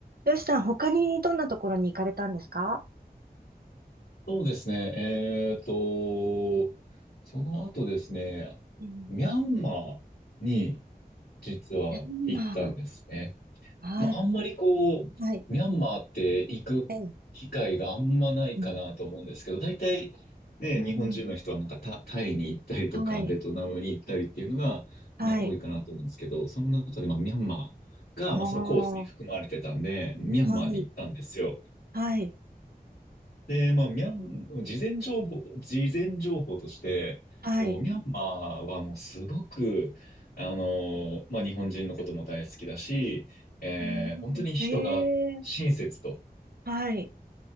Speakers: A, on the right (about 70°); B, on the left (about 85°).
A: よしさん、他にどんなところに行かれたんですか
B: そうですね。えーと、その後ですね、
A: うん、
B: ミャンマーに実は行ったんですね。
A: ミャンマー、はい、
B: まあ、あんまりこう、
A: はい、
B: ミャンマーって行く機会があんまないかなと思うんですけど、
A: ええ、うん、
B: 大体ね、
A: うん。
B: 日本人の人はなんかタ、タイに行ったりとか、
A: はい、
B: ベトナムに行ったりっていうのが、
A: はい、
B: まあ、多いかなと思うんですけど、その中でまあミャンマーが、
A: ああ、
B: まあ、そのコースに含まれてたんで、
A: は
B: ミャンマーに行ったんですよ。
A: い、はい、
B: で、まあ、ミャン、事前情報、事前情報として、
A: はい、
B: こう、ミャンマーはもうすごく、あの、まあ、日本人のことも大好きだし、えー本当に人が親切と、
A: うん。ええ、はい、